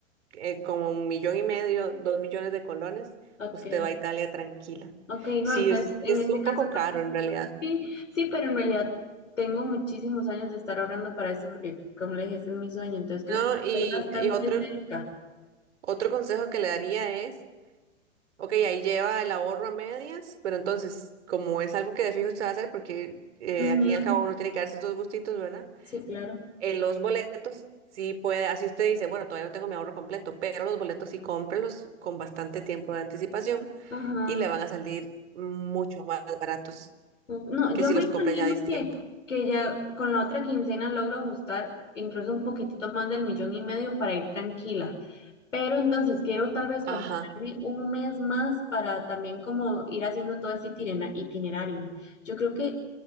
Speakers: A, on the right; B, on the left.
A: eh, como un millón y medio, dos millones de colones,
B: ok,
A: usted va a Italia tranquila.
B: ok, no,
A: Sí,
B: entonces
A: es,
B: en
A: es
B: este
A: un
B: caso
A: poco
B: creo
A: caro en realidad.
B: Sí, sí, pero en realidad tengo muchísimos años de estar orando para esto porque, como le dije, ese es mi sueño, entonces creo
A: No,
B: que
A: y,
B: estoy bastante
A: y otro,
B: cerca.
A: otro consejo que le daría es Ok, ahí lleva el ahorro a medias, pero entonces, como es algo que de fijo se va a hacer, porque eh,
B: Ujú,
A: al fin y al cabo uno tiene que darse estos gustitos, ¿verdad?
B: Sí, claro.
A: En los boletos sí puede, así usted dice, bueno, todavía no tengo mi ahorro completo, pero los boletos sí cómprelos con bastante tiempo de anticipación
B: Ajá.
A: y le van a salir mucho más baratos
B: Ok. No,
A: que
B: yo
A: si
B: me
A: los compra
B: imagino
A: ya a tiempo.
B: que, que ya con la otra quincena logro ajustar incluso un poquitito más del millón y medio para ir tranquila, pero entonces quiero tal vez
A: Ajá,
B: comprarme un mes más para también como ir haciendo todo ese itinera- itinerario. Yo creo que